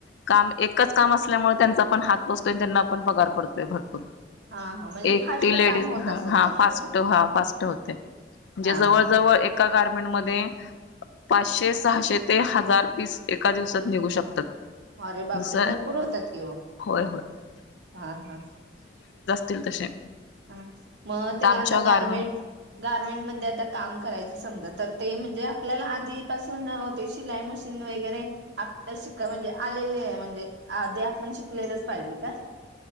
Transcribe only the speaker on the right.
हा हा म्हणजे
फास्ट
काम होत असेल
त्यांचं
ना
हा
हा
अरे बापरे
भरपूर होतात किव
हा हा
हा मग त्याला
आता गार्मेंट
गारमेंट मध्ये आता काम करायचं. समजा तर ते म्हणजे आपल्याला आधीपासून ते शिलाई मशीन वगैरे आपल्या शिक म्हणजे आलेले म्हणजे आधी आपण शिकलेलंच पाहिजे का.